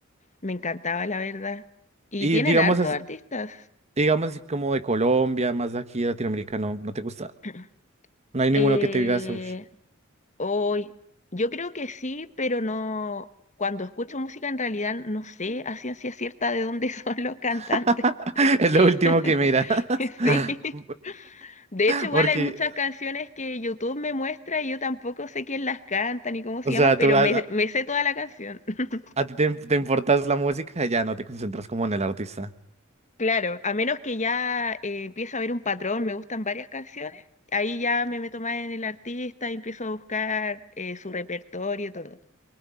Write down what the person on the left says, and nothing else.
Me encantaba, la verdad. Y
tienen
harto
Mm. artistas.
<clears throat>
Eh,
hoy, yo creo que sí, pero no. Cuando escucho música, en realidad no sé a ciencia cierta de dónde <laughs> son los cantantes.
<laughs>
Sí. De hecho, igual
hay muchas canciones que YouTube me muestra y yo tampoco sé quién las canta ni cómo se
llaman,
pero
me,
me sé toda la canción. <laughs>
Claro, a menos que ya eh, empiezo a ver un patrón, me gustan varias canciones, ahí ya me meto más en el artista y empiezo a buscar eh, su repertorio y todo,